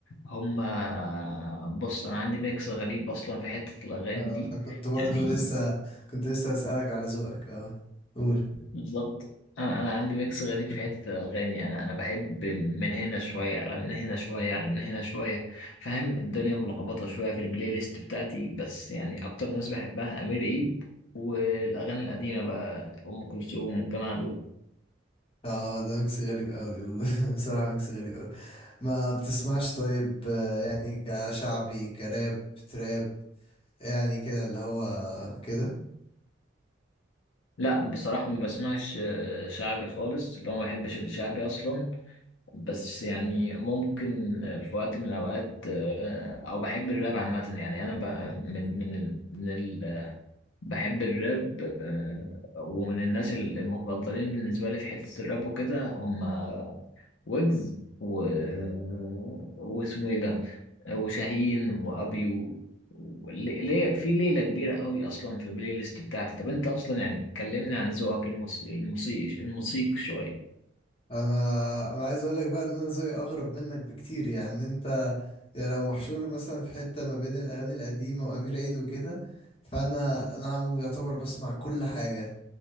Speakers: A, on the left; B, on the left.
A: هم بص أنا عندي ميكس غريب أصلا في حتة الأغاني
B: اه
A: دي
B: كنت برضو
A: يعني
B: لسه كنت لسه اسالك على ذوقك اه قول
A: بالظبط أنا أنا عندي ميكس غريب في حتة الأغاني أنا أنا بحب من هنا شوية على من هنا شوية على من هنا شوية فاهم الدنيا ملخبطة شوية في البلاي ليست بتاعتي بس يعني أكتر ناس بحبها أمير عيد والأغاني القديمة بقى أم كلثوم والجماعة دول
B: اه ده ميكس غريب قوي <laughs> بصراحه ميكس غريب قوي ما بتسمعش طيب آه، يعني كشعبي كراب تراب يعني كده اللي هو كده
A: لا بصراحة ما بسمعش آه، شعبي خالص اللي هو ما بحبش الشعبي أصلا بس يعني ممكن آه، في وقت من الأوقات آه، أو بحب الراب عامة يعني أنا ب- من من ال من ال بحب الراب آه، ومن الناس ال- المفضلين بالنسبة لي في حتة الراب وكده هم ويجز و آه، واسمه إيه ده وشاهين وابيو ولي- ليه في ليله كبيره قوي اصلا في البلاي ليست بتاعتي طب انت اصلا يعني كلمني عن ذوقك الموس- الموسيقي الموسيقي شويه
B: انا انا عايز اقولك بقى ان انا ذوقي اغرب منك بكتير يعني انت يعني لو محشور مثلا في حتة ما بين الاغاني القديمة وامير عيد وكده فانا انا عم يعتبر بسمع كل حاجة